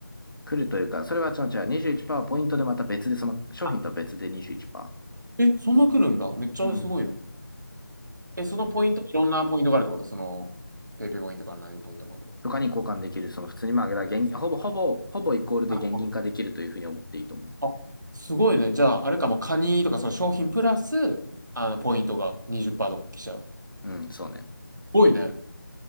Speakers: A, on the left; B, on the right.
A: 来るというか、それは違う違う、21%はポイントでまた別で、その商品とは別で21%。
B: あ、え、そんな来るんだ。めっちゃすごいね。
A: うん。
B: え、そのポイント、いろんなポイントがあるってことその、ペイペイポイントから何ポイントまで。
A: とかに交換できる、その普通にまあ、だ現金、ほぼ、ほぼ、ほぼイコールで現金化できるというふうに思っていいと思う。
B: あ、ほんとあすごいね。じゃあ、あれかも、カニとかその商品プラス、あの、ポイントが20%とか来ちゃう。す
A: うん、そうね。
B: ごいね。